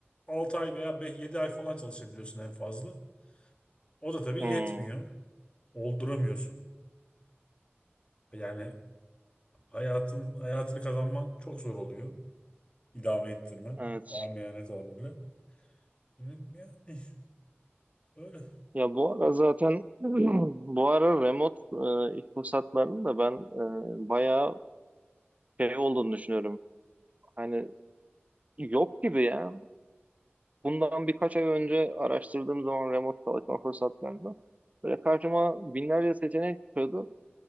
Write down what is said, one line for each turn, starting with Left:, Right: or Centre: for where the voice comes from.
Left: 6 ay veya 7 ay falan çalışabiliyorsun en fazla. O da tabii
Right: Hmm.
Left: yetmiyor. Olduramıyorsun. Yani hayatın hayatını kazanman çok zor oluyor. İdame ettirmen.
Right: Evet.
Left: Amiyane tabirle. Yani yani öyle.
Right: Ya bu ara zaten <clears throat> bu ara remote e, iş fırsatlarının da ben e, bayağı şey olduğunu düşünüyorum. Hani yok gibi ya. Bundan birkaç ay önce araştırdığım zaman remote çalışma fırsatlarında böyle karşıma binlerce seçenek çıkıyordu.